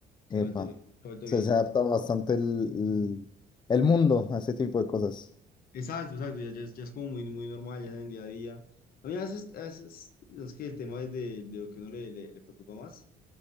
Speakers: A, on the left (about 60°); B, on the left (about 25°).
A: se
B: epa,
A: ha vuelto, se
B: o
A: ha vuelto bien.
B: se ha adaptado bastante el, el, el mundo a ese tipo de cosas.
A: Exacto, exacto, ya, ya es ya es como muy, muy normal, ya es en el día a día. A mí a veces, a veces, es que el tema es de, de lo que uno le, le- le preocupa más